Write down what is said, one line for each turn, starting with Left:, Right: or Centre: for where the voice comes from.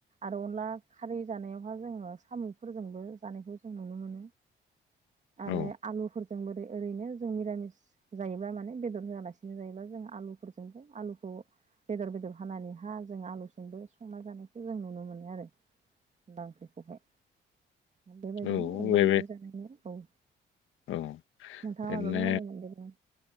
Right: आरो अनला खारै जानायावहा जोङो सामु फोर ज जों नुनो मोन आरो
Left: औ
Right: आलु जों बोरै ओरैनो जों निरामिस जायोब्ला माने बेदर होआलासिनो जायोबा जों आलुफोरजोंबो आलुखौ बेदर बेदर हानानै हा जों आलुजोंबो संना जानायखौ जों नुनो मोनो आरो अनला ओंख्रिखौहाय बेबायदिनो
Left: औ
Right: अनला ओंख्रि
Left: बे
Right: जानायनि औ
Left: औ ओरैनो
Right: नोंथाङा माबा बुंनायदोंमोन दे बुं